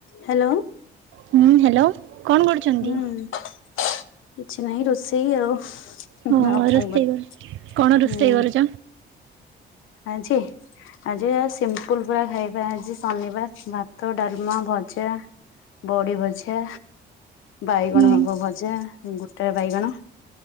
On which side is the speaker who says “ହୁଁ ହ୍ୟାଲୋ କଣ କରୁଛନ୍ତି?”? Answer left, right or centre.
Right